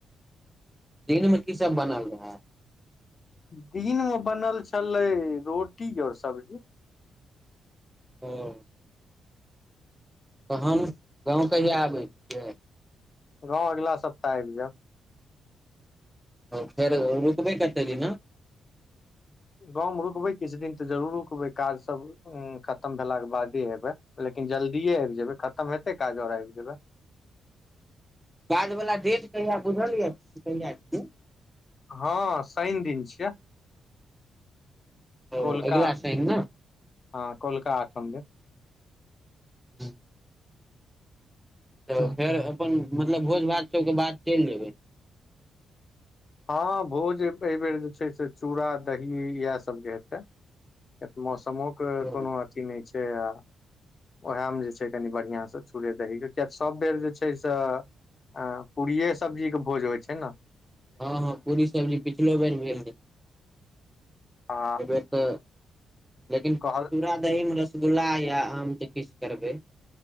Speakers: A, in the centre; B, on the left.
A: दिन में की सब बनल रहे?
B: दिन मे बनल छलै, रोटी और सब्जी।
A: ओ- तहन गाँव कहिया आबै छियै?
B: गाँंव अगिला सप्ताह आइब जेएब।
A: ओ फेर रुकबै कते दिना?
B: गाँव मे रुकबै किछ दिन तऽ जरूर रुकबै काज सब हूँ खत्म भेला के बादे एबे, लेकिन जल्दीे आइब जेबेै खत्म हेतेै काज और आइब जेबै।
A: काज वला डेट कहिया बुझल या कहिया छियै?
B: हँ शैन दिन छियै
A: ओ
B: कोलका
A: अगिला शनि ने
B: हँ कोलका आठम मे।
A: हूँ। तऽ फेर अपन मतलब भोज भात तैय के बाद चैल जेबै?
B: हँ भोज एहिबेर जे छै से चूड़ा, दही इएहे सब के हेतै। एक मौसमो के
A: हँ
B: कोनो अथी नै छै आ उएहमे जे छै कनि बढ़िआँ सँ चूड़े, दही के किये सब बेर जे छै सँ। आ पूड़िये, सब्जी के भोज होइ छै न?
A: हँ, हँ पूड़ी, सब्जी पिछलो बेर भेल रहै
B: आ
A: एहिबेर तऽ लेकिन चूड़ा,
B: कहल
A: दही मे रसगुल्ला या आम के पिस करबै।